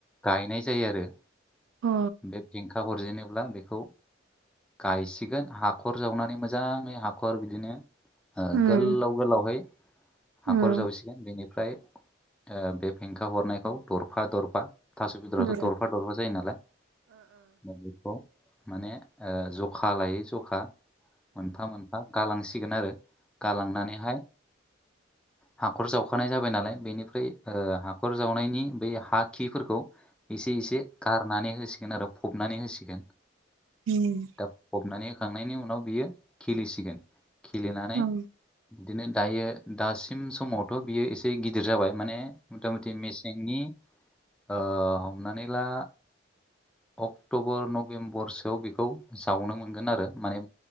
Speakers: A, in the centre; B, on the right (about 85°).
A: गायनाय जायो आरो।
B: ओ
A: बे फेंखा हरजेनोब्ला बेखौ गायसिगोन हाखर जावनानै मोजाङै हाखर बिदिनो आ
B: उम
A: गोलाव गोलावहै हाखर
B: उम
A: जावसिगोन
B: अ उम
A: बेनिफ्राय ओ बे फेंखा हरनायखौ दरफा दरफा थास बेदरावथ
B: उम
A: दरफा दरफा जायो नालाय दा बेखौ माने ओ जखा लायै जखा मोनफा मोनफा गालांसिगोन आरो। गालांनानैहाय
B: <inaudible>
A: हाखर जावखानाय जाबाय नालाय बेनिफ्राय ओ हाखर जावनायनि बै हा खिफोरखौ एसे एसे गारनानै होसिगोन आरो फबनानै होसिगोन।
B: हम
A: दा फबनानै होखांनायनि उनाव बियो खिलिसिगोन खिलिनानै
B: उम
A: बिदिनो दायो दासिम समावथ बियो एसे गिदिर जाबाय माने मथा मथि मेसेंनि ओ हमनानै ला अक्टबर नभेम्बरसोआव बेखौ जावनो मोनगोन आरो माने